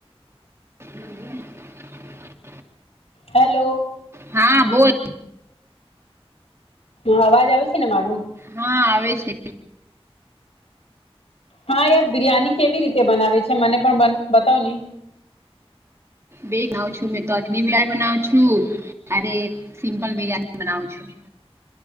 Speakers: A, on the right (about 25°); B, on the left (about 75°).
A: <inaudible>
B: હેલો.
A: હા બોલ.
B: હ અવાજ આવે છેને, મારું.
A: હા આવે છે.
B: હા યાર બિરિયાની કેવી રીતે બનાવે છે, મને પણ બતાવ હી.
A: બેવ છું મે તો અગિ બનાવ છું અને સિમ્પલ બિરિયાની બનાવ છું.